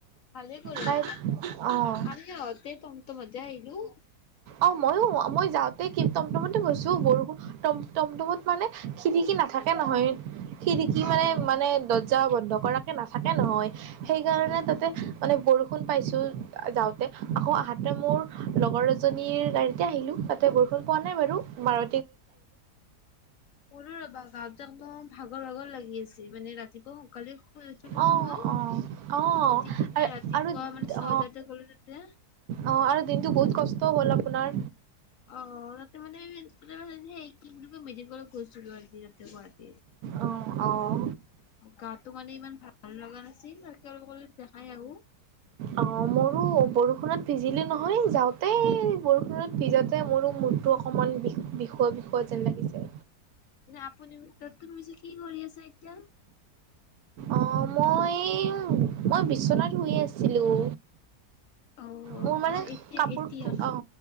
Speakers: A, on the left (about 65°); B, on the right (about 70°).
A: ভালে কৰিলা
B: তাই অ'
A: আমি তমতমতে আহিলো
B: অ ময়ো মই যাওঁতে কি টমটমতে গৈছো বৰষুণ টমটমত মানে খিৰিকি নাথাকে নহয়। খিৰিকী
A: উম,
B: মানে মানে দৰ যাৰ বন্ধক ৰাখে নাথাকে নহয় সেইকাৰণে
A: উম।
B: তাতে মানে বৰষুণ বৰষুণ পাইছো যাওতে আকৌ আহোতে মোৰ লগৰ এজনী জনীৰ গাড়ীতে আহিলো তাতে বৰষুণ পোৱা নাই বাৰু মাৰু
A: সোধো ৰবা গাঁৱত যে ভাগৰ ভাগৰ লাগি আছে মানে ৰাতিপুৱা সোনকালে শুই উঠিলোঁ
B: অ
A: নহয়।
B: অ অ
A: উঠি কিনে ৰাতিপুৱা
B: আৰু
A: মানে ছয়টাতে
B: অ
A: গ'লো তেতিয়া।
B: অ আৰু দিনটো বহুত কষ্টও হ'ল আপোনাৰ
A: অ তাতে মানে তাতে মানে সেই কি বুলি কয় মেডিকেল গেছিলো আজি তাতে গুৱাহাটী
B: অঁ অঁ
A: গাটো মানে ইমান ভাল ভাল লগা নাছিল আৰু তোমাৰ লোকৰ যদি নাখাই আৰু
B: অঁ মোৰো বৰষুণত ভিজিলোঁ নহয় যাওঁতে, বৰষুণত ভিজাওঁতে মোৰো মূৰটো অকণমান বিষ বিষৱা, বিষৱা যেন লাগিছে।
A: আপুনি তাত তো বেছি কি কৰি আছে এতিয়া।
B: অঁ মই মই বিচনাত শুই আছিলোঁ।
A: অ
B: মোৰ মানে
A: মই এতিয়া
B: কাপোৰ
A: এতিয়া
B: আঁহ